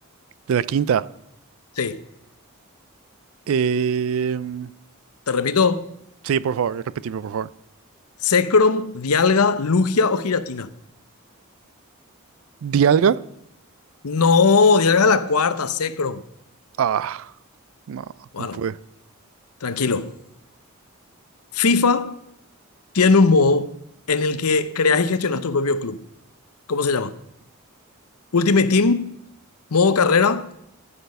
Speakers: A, on the right; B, on the left.
A: de la quinta.
B: Sí,
A: Em,
B: te repito,
A: sí, por favor, repetime, por favor.
B: Zekrom, Dialga, Lugia o Giratina.
A: ¿Dialga?
B: No, llega la cuarta, Secro.
A: Ah, no,
B: Bueno,
A: no pude.
B: tranquilo. FIFA tiene un modo en el que creas y gestionas tu propio club. ¿Cómo se llama? Ultimate Team, modo carrera,